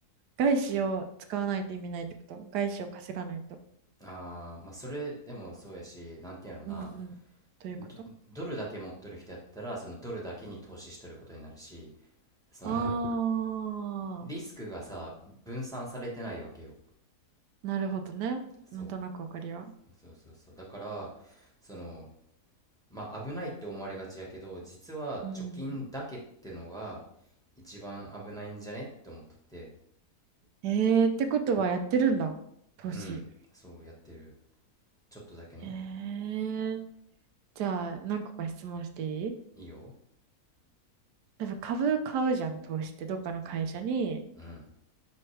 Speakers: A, on the right (about 90°); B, in the centre.
A: 外資を使わないと意味ないってこと外資を稼がないと。
B: あーまあそれでもそうやしなんていうんやろな
A: うん、うん。ということ
B: ドドルだけ持っとる人やったらそのドルだけに投資しとることになるしその
A: ああ
B: リスクがさ分散されてないわけよ
A: なるほどね。
B: そ
A: なんとなくわかりは。
B: うそうそうそうだからそのまあ危ないって思われがちやけど実は貯金だけってのが
A: うん。
B: 一番危ないんじゃねって思っとって
A: えー、ってことはやってるんだ。投資。
B: うんそうやってるちょっとだけね
A: えー、じゃあ、何個か質問していい
B: いいよ
A: 多分株買うじゃん、投資って。どっかの会社に
B: うん